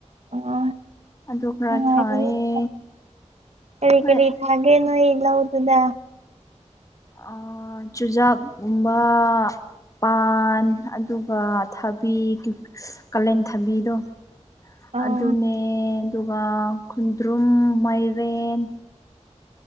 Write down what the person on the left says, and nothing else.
ꯑꯗꯨ ꯈꯔ
ꯊꯥꯏꯌꯦ
ꯍꯣꯏ
ꯑ ꯆꯨꯖꯥꯛꯀꯨꯝꯕ ꯄꯥꯟ ꯑꯗꯨꯒ ꯊꯕꯤ ꯀꯨꯀꯨꯁ ꯀꯥꯂꯦꯟ ꯊꯥꯕꯤꯗꯣ
ꯑꯗꯨꯅꯦ ꯑꯗꯨꯒ ꯈꯨꯨꯟꯗ꯭ꯔꯨꯝ ꯃꯥꯏꯔꯦꯟ